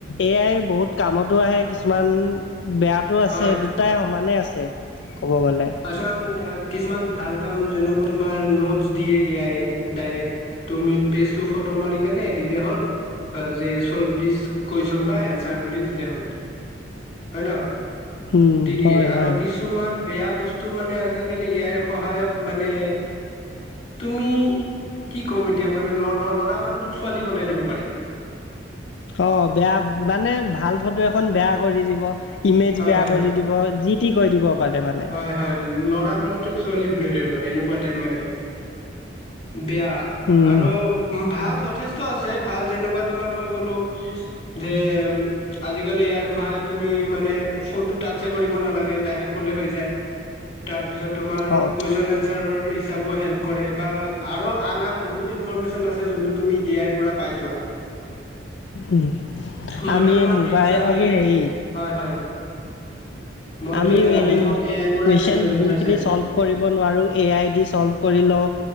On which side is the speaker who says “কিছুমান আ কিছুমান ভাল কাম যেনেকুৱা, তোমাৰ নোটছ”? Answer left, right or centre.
Left